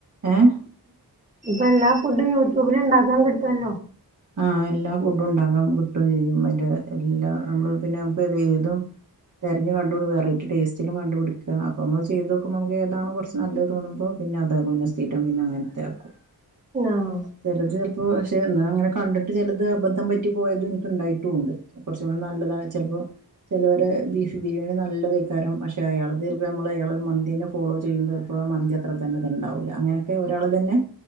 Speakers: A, on the right; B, on the right.
A: ഏഹ്
B: ഇപ്പൊ എല്ലാ ഫുഡും യൂട്യൂബില ഉണ്ടാക്കാൻ കിട്ടുമല്ലോ
A: ആഹ് എല്ലാ ഫുഡുണ്ടാക്കാൻ കിട്ടും ചെയ്യും അയിന്റെ എല്ലാ നമ്മള് പിന്നെ നമുക്കതേതും തതിഞ്ഞ് കണ്ടപടടി വെറൈറ്റി ടേസ്റ്റും കണ്ടു പിടിക്കുക അപ്പംത് ചെയ് നോക്കുമ നമക്ക്താണോ കുറച്ച് നല്ലത് തോന്ന്പോൾ പിന്നെ അത പിന്നെ സ്രം പിന്നെ അങ്ങനത്തെ ആക്കും
B: ആഹ്
A: ചിലത് ചിലപ്പോ പക്ഷെ അങ്ങനെ കണ്ടിട്ട് ചിലത് അബദ്ധം പറ്റി പോയതും എനിക്ക് ഉണ്ടായിട്ടുംണ്ട് കുറച്ച കൂടെ നല്ലതാണ് ചിലപ്പോ ചിലവരെ ബീഫ് ബിരിയാണി നല്ലതേക്കാരം പക്ഷെ അയാൾ തീർപ്പ നമ്മൾ അയാള മന്തി തന്നെ ഫോളോ ചെയ്യുമ്പോ മന്തി അത്ര തന്നെ അത് ഉണ്ടാവൂല അങ്ങനെയൊക്കെ ഒരാൾ തന്നെ